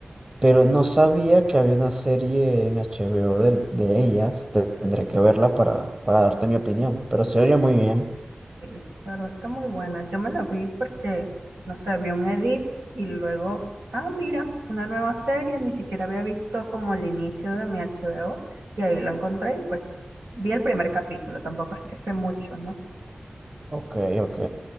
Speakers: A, on the right (about 25°); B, on the right (about 85°).
A: pero no sabía que había una serie en HBO de, de ellas. Te- Tendré que verla para, para darte mi opinión, pero se oye muy bien.
B: Sí, la verdad está muy buena. Yo me la vi porque, no sé, vi un edit y luego, ah, mira, una nueva serie, ni siquiera había visto como el inicio de mi HBO y ahí lo encontré y pues vi el primer capítulo, tampoco es que sé mucho, ¿no?
A: Ok, ok.